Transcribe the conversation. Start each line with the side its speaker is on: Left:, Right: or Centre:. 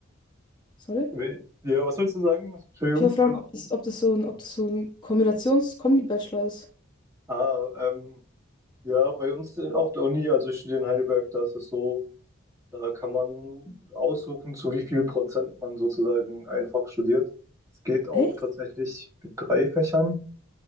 Left: sorry?
Right: wel- Ja, was willst du sagen? Entschuldigung.
Left: Ich wollte fragen, ob das, ob das so ein, ob das so ein Kombinations-Kombi-Bachelor ist.
Right: Ah, ähm, ja, bei uns auf der Uni, also ich studiere in Heidelberg, da ist es so, da kann man aussuchen, zu wie viel Prozent man sozusagen einfach studiert. Es geht auch
Left: Echt?
Right: tatsächlich mit drei Fächern.